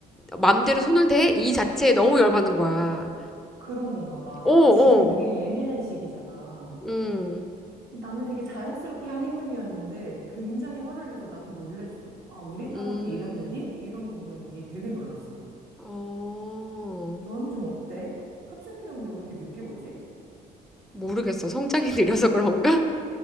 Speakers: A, in the centre; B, on the right.
A: 맘대로 손을 대? 이 자체에 너무 열받는 거야.
B: 그런 건가 봐.
A: 오, 오,
B: 또 지금 되게 예민한 시기잖아.
A: 음.
B: 나는 되게 자연스럽게 한 행동이었는데 굉장히 화를 내서 나 좀 놀랬어. 아, 우리 딸한테
A: 음.
B: 이런 면이? 이런 부분이 되게 놀랐어.
A: 어.
B: 너는 좀 어때? 사춘기가 근데 왜 이렇게 늦게 오지?
A: 모르겠어. 성장이 <laughs> 느려서 그런가?